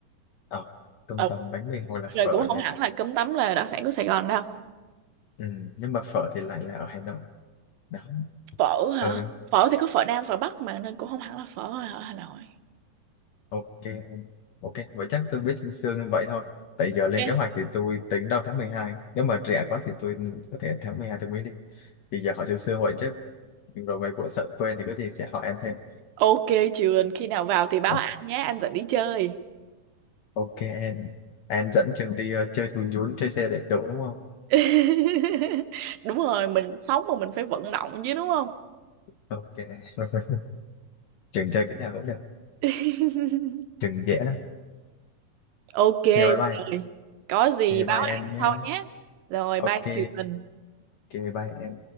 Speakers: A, on the left; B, on the right.
A: ờ cơm
B: ừ
A: tấm bánh mì hoặc là
B: rồi
A: phở
B: cũng không
A: nhỉ
B: hẳn là cơm tấm là đặc sản của Sài Gòn đâu
A: ừ, nhưng mà phở thì lại là ở Hà Nội đó
B: phở hả
A: ừ
B: phở thì có phở Nam phở Bắc mà nên cũng không hẳn là phở ở Hà Nội
A: ok em. ok vậy chắc tôi biết sương sương như vậy thôi tại giờ lên
B: ok
A: kế hoạch thì tôi tính đầu tháng mười hai nếu mà rẻ quá thì tôi có thể tháng 12 tôi mới đi thì giờ hỏi sương sương vậy chứ rồi về của sợ quên thì có gì sẽ hỏi em thêm
B: ok Trường khi nào vào thì báo
A: Ồ,
B: anh nhé anh dẫn đi chơi
A: ok em em dẫn trường đi ờ, chơi thú nhún chơi xe điện đúng đúng không
B: <laughs> đúng rồi mình sống mà mình phải vận động chứ đúng không
A: ok <laughs> trường chơi cái nào cũng được
B: <laughs>
A: trường dễ lắm
B: ok
A: ok bye bye
B: rồi có gì
A: ok
B: báo
A: bye
B: anh
A: em nhá
B: sau nhé rồi
A: ok
B: bye Trường
A: ok bye em